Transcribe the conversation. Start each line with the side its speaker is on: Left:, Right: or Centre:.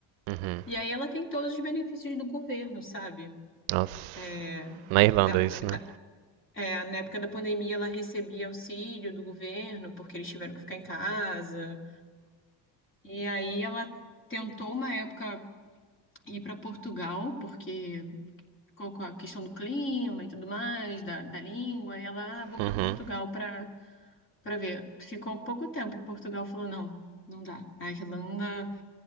Right: uhum.
Left: E aí ela tem todos os benefícios do governo, sabe?
Right: Nossa,
Left: É,
Right: na Irlanda
Left: na,
Right: isso, né?
Left: na- é, na época da pandemia ela recebia auxílio do governo, porque eles tiveram que ficar em casa. E aí ela tentou uma época ir para Portugal, porque ficou com a questão do clima e tudo mais, da, da língua, e ela, ah, vou
Right: Uhum,
Left: para Portugal para Pra ver, ficou pouco tempo em Portugal, falou, não, não dá. A Irlanda